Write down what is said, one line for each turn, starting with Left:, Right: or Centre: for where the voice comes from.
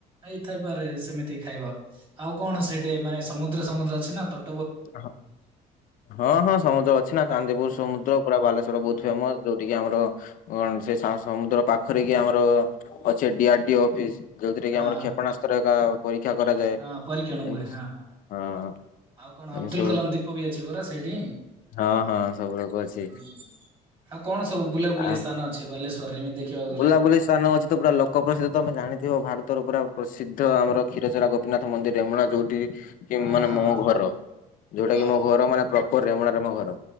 Right: ହେଇ ଥାଇପାରେ ସେମିତି ଖାଇବା ଆଉ କଣ ସେଇଠି ମାନେ ସମୁଦ୍ର ସମୁଦ୍ର ଅଛି ନା ତ
Left: ହଁ ହଁ ହଁ ସମୁଦ୍ର ଅଛି ନାଁ ଚାନ୍ଦିପୁର
Right: ହୁଁ।
Left: ସମୁଦ୍ର ପୁରା ବାଲେଶ୍ଵର
Right: ହୁଁ
Left: ବହୁତ ଫେମସ୍। ଯୋଉଠି କିି ଆମର କଣ ସେ ସା ସମୁଦ୍ର ପାଖରେ କି ଆମର ଅଛି ଡି ଆର ଡି ଅଫିସ୍। ଯୋଉଥିରେ
Right: ହଁ
Left: କି ଆମର କ୍ଷେପଣାସ୍ତ୍ର ହେକ ପରୀକ୍ଷା କରାଯାଏ
Right: ହଁ
Left: ଏମିତି
Right: ପରୀକ୍ଷଣ ହୁଏ ହଁ
Left: ସ
Right: ହଁ।
Left: ହଁ।
Right: ଆଉ କଣ
Left: ଏମିତି
Right: ଅବଦୁଲ୍
Left: ସବୁ
Right: କଲାମ୍ ଦୀପ ବି ଅଛି ପରା ସେଇଠି।
Left: ହଁ ହଁ ସବୁ ଲୋକ ଅଛି।
Right: ହୁଁ ଆଉ କଣ ସବୁ ବୁଲାବୁଲି
Left: ଆ
Right: ସ୍ଥାନ ଅଛି ବାଲେଶ୍ଵରରେ ଏମିତି? ଦେଖିବାକୁ ଗଲେ?
Left: ବୁଲାବୁଲି ସ୍ଥାନ ଅଛି ତ ପୁରା ଲ କଁ ପ୍ରସିଦ୍ଧ ତମେ ଜାଣିଥିବ ଭାରତର ପୁରା ପ୍ରସିଦ୍ଧ ଆମର କ୍ଷୀରଚୋରା ଗୋପୀନାଥ ମନ୍ଦିର ରେମୁଣା ଯୋଉଠି କି
Right: ଅ
Left: ମାନେ
Right: ହଁ
Left: ମୋ ଘର ଯୋଉଟା
Right: ହଁ
Left: କି ମୋ ଘର ମାନେ ପ୍ରପର ରେମୁଣାରେ ମୋ ଘର।